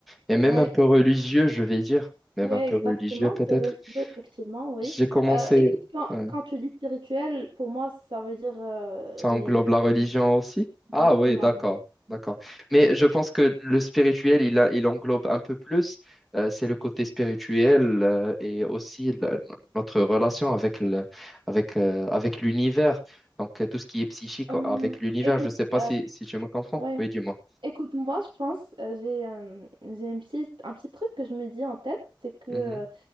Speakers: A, in the centre; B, on the right.
A: Et même
B: Ouais,
A: un peu religieux, je vais dire. Même
B: oui,
A: un peu
B: exactement,
A: religieux, peut-être.
B: c'est religieux, effectivement, oui.
A: J'ai commencé.
B: Euh, écoute, quand,
A: ouais.
B: quand tu dis spirituel, pour moi, ça veut dire euh,
A: Ça
B: religieux.
A: englobe la religion aussi?
B: Exactement,
A: Ah oui, d'accord,
B: oui.
A: d'accord.
B: Exactement.
A: Mais je pense que le spirituel, il a, il englobe un peu plus. euh, c'est le côté spirituel euh, et aussi le- notre relation avec le, avec, euh, avec l'univers. Donc, euh, tout ce qui est psychique
B: Hum,
A: euh, avec l'univers.
B: écoute,
A: Je ne sais pas
B: euh,
A: si, si tu me comprends.
B: ouais.
A: Oui, dis-moi.
B: Écoute, moi, je pense, euh, j'ai euh, j'ai un petit, un petit truc que je me dis en tête, c'est que
A: Mhm.
B: euh,